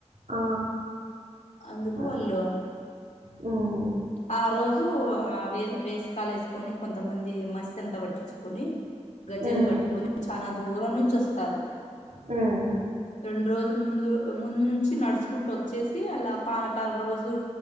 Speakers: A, on the right; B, on the left.
A: ఆ
B: అందుకు
A: ఆ! అదే.
B: వళ్ళు
A: హ్మ్.
B: ఆ రోజు ఆ వే వేసకాలు వేసుకొని కొంతమంది మస్తి అంత పట్టించుకొని గజ్జలు
A: హ్మ్.
B: కట్టుకొని చానా దూరం నుంచి వస్తారు,
A: హ్మ్.
B: రెండు రోజు ముందు ముందు నుంచి నడుచుకుంటూ వచ్చేసి తి అలా పానకాల రోజు